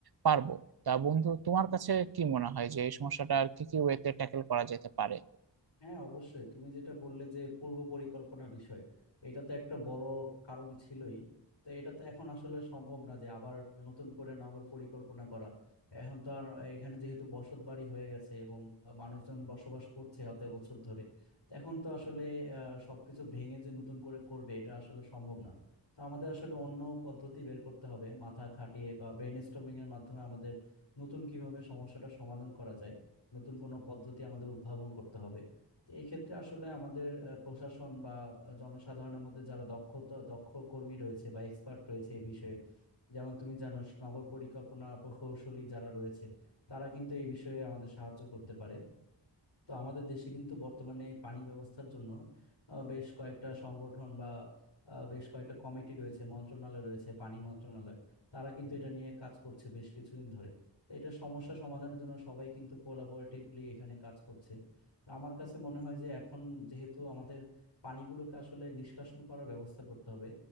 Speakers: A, on the right (about 60°); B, on the left (about 80°).
A: পারবো তা বন্ধু তোমার কাছে কি মনে হয় যে এই সমস্যাটা আর কি কি ওয়েতে ট্যাকেল করা যেতে পারে
B: হ্যাঁ অবশ্যই তুমি যেটা বললে যে পূর্ব পরিকল্পনা বিষয় এটা তো একটা বড় কারণ ছিলই তো এটা তো এখন আসলে সম্ভব না যে আবার নতুন করে নগর পরিকল্পনা করা এখন তো আর এখানে যেহেতু বসত বাড়ি হয়ে গেছে এবং মানুষজন বসবাস করছে অত বছর ধরে তো এখন তো আসলে আহ, সবকিছু ভেঙে যে নতুন করে করবে এটা আসলে সম্ভব না তো আমাদের আসলে অন্য পদ্ধতি বের করতে হবে মাথা খাটিয়ে বা ব্রেন স্টর্মিং এর মাধ্যমে আমাদের নতুন কিভাবে সমস্যাটা সমাধান করা যায় নতুন কোনো পদ্ধতি আমাদের উদ্ভাবন করতে হবে তো এই ক্ষেত্রে আসলে আমাদের আহ, প্রশাসন বা আহ, জনসাধারণের মধ্যে যারা দক্ষতা দক্ষ কর্মী রয়েছে বা এক্সপার্ট রয়েছে এই বিষয়ে যেমন তুমি জানো নগর পরিকল্পনা প্রকৌশলী যারা রয়েছে তারা কিন্তু এই বিষয়ে আমাদের সাহায্য করতে পারে তো আমাদের দেশে কিন্তু বর্তমানে এই পানি ব্যবস্থার জন্য আহ, বেশ কয়েকটা সংগঠন বা আহ, বেশ কয়েকটা কমিটি রয়েছে মন্ত্রণালয় রয়েছে পানি মন্ত্রণালয় তারা কিন্তু এটা নিয়ে কাজ করছে বেশ কিছুদিন ধরে তো এটা সমস্যা সমাধানের জন্য সবাই কিন্তু কোলাবোরেটিভলি এখানে কাজ করছে তো আমার কাছে মনে হয় যে এখন যেহেতু আমাদের পানিগুলোকে আসলে নিষ্কাশন করার ব্যবস্থা করতে হবে